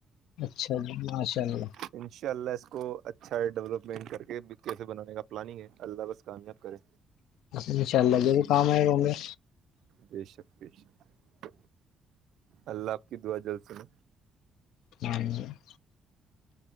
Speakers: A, on the left (about 85°); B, on the right (about 75°).
A: اچھا جی ماشاء اللہ
B: ان شاء اللہ اس کو اچھا ہے ڈیولپمنٹ کر کے کیسے بنانے کا پلاننگ ہے اللہ بس کامیاب کرے
A: ب انا اللہے بھی کام آ گ گے
B: بے شک بے شک اللہ آپ کی دعا جلد سن
A: نار <unintelligible>